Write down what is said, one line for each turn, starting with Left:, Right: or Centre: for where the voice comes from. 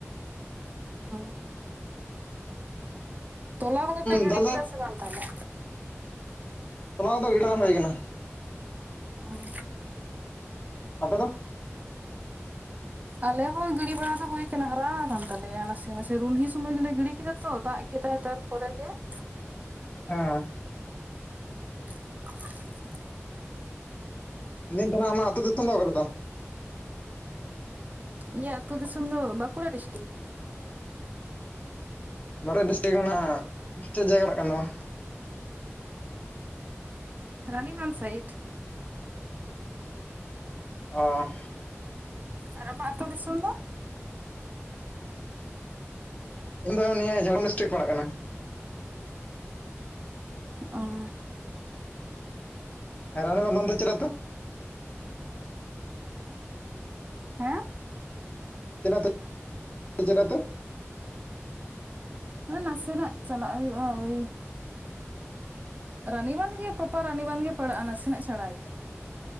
Right: ᱚ, ᱛᱚᱞᱟ ᱠᱚᱫᱚ ᱯᱮ ᱜᱤᱰᱤ
Left: ᱫᱟᱜ ᱫᱚ
Right: ᱠᱮᱫᱟ ᱥᱮ ᱵᱟᱝ ᱛᱟᱦᱚᱞᱮ?
Left: ᱛᱚᱞᱟ ᱠᱚᱫᱚ ᱜᱤᱰᱤ ᱵᱟᱝ ᱦᱩᱭ ᱠᱟᱱᱟ ᱾
Right: ᱟᱸ᱾
Left: ᱟᱯᱮ ᱫᱚ?
Right: ᱟᱞᱮ ᱦᱚᱸ ᱜᱤᱲᱤ ᱵᱟᱲᱟ ᱫᱚ ᱦᱩᱭ ᱠᱟᱱᱟ ᱦᱟᱨᱟ ᱟᱠᱟᱱ ᱛᱟᱞᱮᱭᱟ ᱱᱟᱥᱮ ᱱᱟᱥᱮ ᱨᱩᱱᱦᱤ ᱥᱚᱢᱚᱭ ᱜᱮᱞᱮ ᱜᱤᱰᱤ ᱠᱮᱫᱟ ᱛᱚ ᱫᱟᱜᱼᱼ ᱦᱮᱛᱟᱨ ᱦᱮᱛᱟᱨ ᱯᱚᱨᱮ ᱜᱮ ᱾
Left: ᱦᱮᱸ
Right: <inaudible>
Left: ᱱᱤᱛ ᱫᱚ ᱱᱟᱦᱟᱜ ᱟᱢᱟᱜ ᱟᱹᱛᱩ ᱫᱤᱥᱚᱢ ᱫᱚ ᱚᱠᱟ ᱨᱮ ᱛᱟᱢᱼᱼ
Right: ᱤᱧᱟᱹᱜ ᱟᱹᱛᱩ ᱫᱤᱥᱚᱢ ᱫᱚ ᱵᱟᱸᱠᱩᱲᱟ ᱰᱤᱥᱴᱤᱠᱼᱼ
Left: ᱵᱟᱸᱠᱩᱲᱟ ᱰᱤᱥᱴᱤᱠ ᱨᱮᱱᱟᱜ ᱪᱤᱫ ᱡᱟᱭᱜᱟ ᱯᱟᱲᱟᱜ‌ ᱠᱟᱱ ᱛᱟᱢᱟ?
Right: ᱨᱟᱱᱤᱵᱟᱸᱱ ᱥᱟᱭᱤᱴ ᱾
Left: ᱚ
Right: ᱟᱨ ᱟᱢᱟᱜ ᱟᱹᱛᱩ ᱫᱤᱥᱚᱢ ᱫᱚ?
Left: ᱤᱧ ᱫᱚ ᱱᱤᱭᱟᱹ ᱡᱷᱟᱲᱜᱮᱨᱟᱢ ᱰᱤᱥᱴᱤᱠ ᱯᱟᱲᱟᱜ ᱠᱟᱱᱟ᱾
Right: ᱚᱸᱻ
Left: ᱨᱟᱱᱤᱵᱟᱱ ᱚᱱᱛᱮ ᱪᱮᱫ ᱟᱹᱛᱩ?
Right: ᱦᱮᱸ
Left: ᱪᱮᱫ ᱟᱹᱛᱩ ᱪᱮᱫ ᱟᱹᱛᱩ?
Right: ᱢᱟᱱᱮ ᱱᱟᱥᱮᱱᱟᱜ ᱪᱟᱞᱟᱜ ᱦᱩᱭᱩᱜ-ᱟ ᱳᱭ ᱨᱟᱱᱤᱵᱟᱱ ᱜᱮ ᱯᱨᱚᱯᱟᱨ ᱨᱟᱱᱤᱵᱟᱱ ᱜᱮ ᱯᱟᱲᱟᱜ-ᱟ ᱱᱟᱥᱮᱱᱟᱜ ᱪᱷᱟᱲᱟ ᱜᱮᱭᱟ ᱾